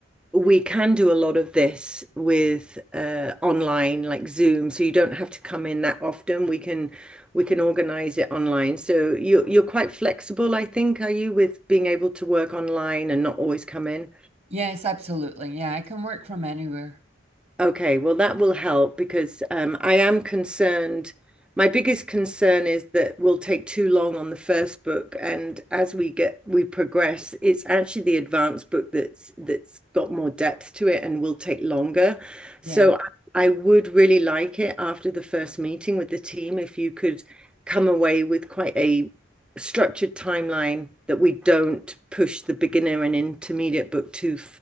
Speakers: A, in the centre; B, on the right (about 30°).
A: we can do a lot of this with uh, online like Zoom, so you don't have to come in that often. We can we can organize it online. So you you're quite flexible, I think, are you, with being able to work online and not always come in?
B: Yes, absolutely. Yeah, I can work from anywhere.
A: Okay, well, that will help because um, I am concerned. My biggest concern is that we'll take too long on the first book, and as we get we progress, it's actually the advanced book that's that's got more depth to it and will take longer. So
B: Yeah.
A: I would really like it after the first meeting with the team if you could come away with quite a structured timeline that we don't push the beginner and intermediate book too